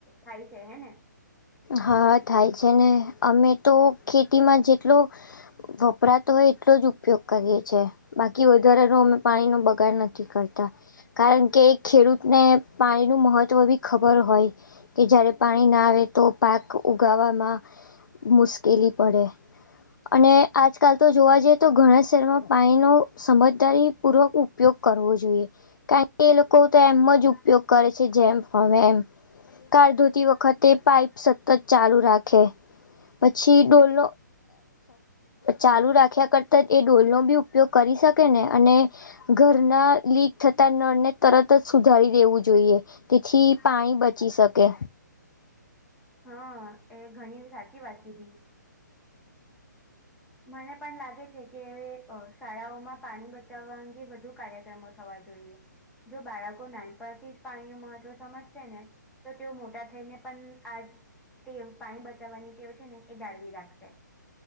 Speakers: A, in the centre; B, on the left.
A: થાય છે હે ને.
B: હા થાય છે ને અમે તો ખેતીમાં જેટલો. વપરાતો હોય એટલો જ ઉપ ઉપયોગ કરીએ છીએ બાકી વધારનો અમે પાણીનો બગાડ નથી કરતા કારણ કે એક. ખેડૂતને પાણીનું મહત્ત્વ બી ખબર હોય કે જ્યારે પાણી ના આવે તો પાક ઉગાવામાં મુશ્કેલી પડે અને આજકાલ તો જોવા જઈએ તો ઘણા શહેરમાં પાણીનો સમજદારી પૂર્વક ઉપ. ઉપયોગ કરવો જોઈએ કારણ કે એ લોકો તો એમ જ ઉપયોગ કરે છે જેમ હવે એમ કાળ ધોતી વખતે પાઈપ સતત ચાલુ રાખે પછી ડોલો ચાલુ રાખ્યા કરતા એ ડોલનોો બી ઉપયોગ કરી શકે ને અને ઘર ના લીક થતા નળને તરત જ સુધારી દેવું જોઈએ. તેથી પાણી બચી શકે.
A: હા એ ઘણી સાચી વાત કીધી. મને પણ લાગે છે કે શાળાઓમાં પાણી બચાવવા અંગે વધુ કાર્યક્રમો થવા જોઈએ. જો બાળકો નાનપણથી જ પાણી ન મહત્વ સમજશે ને. તો તેઓ મોટા થઈને પણ આજ. તે પાણી બચાવવાની ટેઓ છે ને એ જાળવી રાખશે.